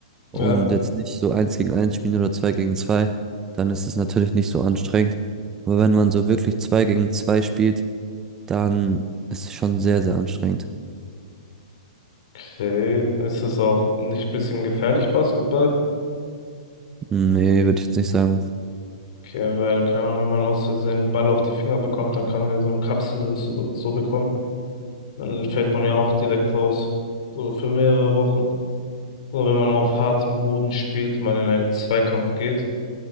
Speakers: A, on the right; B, on the left.
A: und
B: Ja,
A: jetzt nicht so eins gegen eins spielen oder zwei gegen zwei. Dann ist es natürlich nicht so anstrengend. Aber wenn man so wirklich zwei gegen zwei spielt, dann ist es schon sehr, sehr anstrengend.
B: okay. Ist es auch nicht ein bisschen gefährlich, Basketball?
A: Nee, würde ich jetzt nicht sagen.
B: Okay, weil, keine Ahnung, wenn man aus Versehen einen Ball auf die Finger bekommt, dann kann man ja so eine Kapsel das oder so bekommen. Dann fällt man ja auch direkt raus. So für mehrere Wochen. Oder wenn man auf hartem Boden spielt und man in einen Zweikampf geht